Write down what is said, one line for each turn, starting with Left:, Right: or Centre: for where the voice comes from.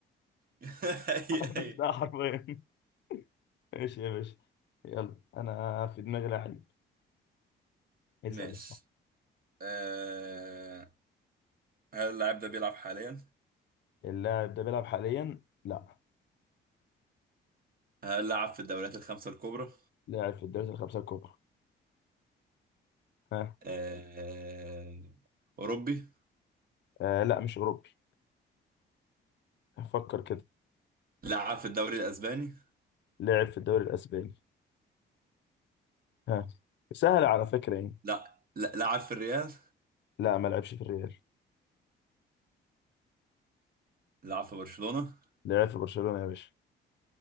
Right: <laughs> هي
Left: <laughs> عمرو
Right: هي
Left: السولية حرفيا ماشي يا باشا يلا انا في دماغي لعيب اسال
Right: ماشي آه. هل اللاعب ده بيلعب حاليا؟
Left: اللاعب ده بيلعب حاليا لا
Right: هل لعب في الدوريات الخمسة الكبرى؟
Left: لاعب في الدوري الخمسة الكبرى ها
Right: آه. أوروبي؟
Left: آه لا مش أوروبي فكر كده
Right: لعب في الدوري الأسباني؟
Left: لعب في الدوري الأسباني ها سهل على فكرة يعني
Right: لا لا لعب في الريال
Left: لا ما لعبش في الريال
Right: لعب في برشلونة
Left: لعب في برشلونة يا باشا